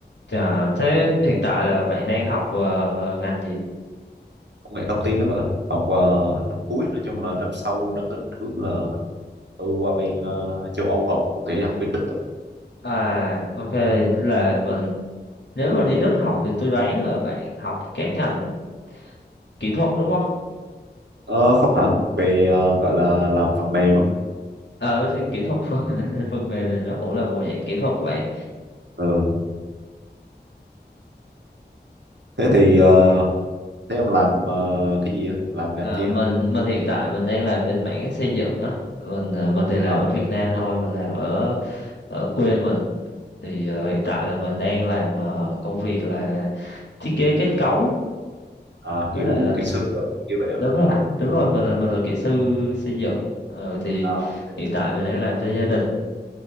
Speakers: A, on the left; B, on the right.
A: trời, thế hiện tại là bạn đang học ờ, ngành gì?
B: công nghệ thông tin các bạn. Học ờ, năm cuối nói chung là năm sau đang định hướng là tôi qua bên ờ, châu Âu học cụ thể học bên Đức. á.
A: À, ok, là mình nếu mà đi Đức học thì tôi đoán là bạn học các ngành kỹ thuật đúng không?
B: Ờ, không hẳn về ờ, gọi là làm phần mềm á.
A: Ờ, thì kỹ thuật phần <laughs> phần mềm thì nó cũng là một dạng kỹ thuật của bạn.
B: Ừ. Thế thì ờ, thế ông làm ờ, cái gì á? Làm ngành
A: À,
B: chi á?
A: mình mình hiện tại mình đang làm bên mảng xây dựng á mình ờ, mình thì làm
B: À,
A: ở Việt Nam thôi mình làm ở ở quê mình thì ờ, hiện tại là mình đang làm ờ, công việc là thiết kế kết cấu
B: à,
A: với
B: kiểu
A: lại là th-
B: kỹ sư rồi kiểu vậy á.
A: đúng rồi đúng rồi mình là mình là kỹ sư xây dựng Ờ, thì
B: À, ok.
A: hiện tại mình đang làm cho gia đình